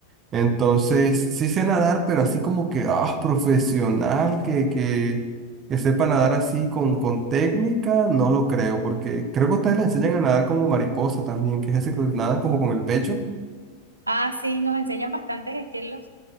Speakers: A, on the right; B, on the right.
A: Entonces, sí sé nadar, pero así como que, ah, profesional, que, que, que sepa nadar así con, con técnica, no lo creo, porque creo que ustedes le enseñan a nadar como mariposa también, que es ese que nada como con el pecho,
B: Ah, sí, nos enseñan bastantes estilos.